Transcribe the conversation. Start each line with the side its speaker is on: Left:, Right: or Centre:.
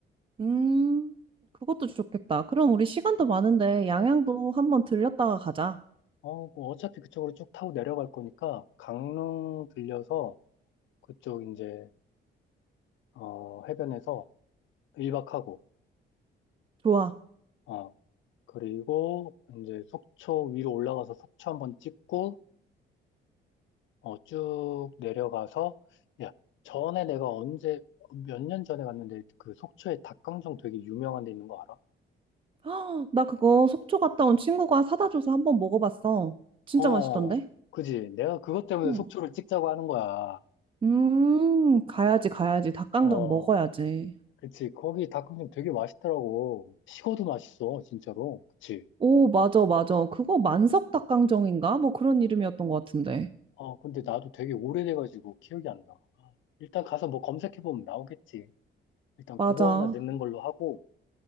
Right: 음, 그것도 좋겠다. 그럼 우리 시간도 많은데 양양도 한번 들렸다가 가자.
Left: 어, 뭐 어차피 그쪽으로 쭉 타고 내려갈 거니까 강릉 들려서 그쪽 이제 어, 해변에서 일박하고
Right: 좋아.
Left: 어, 그리고 이제 속초 위로 올라가서 속초 한번 찍고 어, 쭉 내려가서, 야, 전에 내가 언제, 몇 년 전에 갔는데 그 속초에 닭강정 되게 유명한 데 있는 거 알아?
Right: 아, 나 그거 속초 갔다 온 친구가 사다 줘서 한번 먹어봤어. 진짜
Left: 어,
Right: 맛있던데?
Left: 그지. 내가 그것 때문에
Right: 응.
Left: 속초를 찍자고 하는 거야.
Right: 음, 가야지, 가야지. 닭강정
Left: 어,
Right: 먹어야지.
Left: 그치. 거기 닭강정 되게 맛있더라고. 식어도 맛있어, 진짜로. 그치.
Right: 오, 맞아, 맞아. 그거 만석 닭강정인가? 뭐 그런 이름이었던 것 같은데.
Left: 어, 근데 나도 되게 오래돼가지고 기억이 안 나. 아, 일단 가서 뭐 검색해보면 나오겠지. 일단
Right: 맞아.
Left: 그거 하나 넣는 걸로 하고,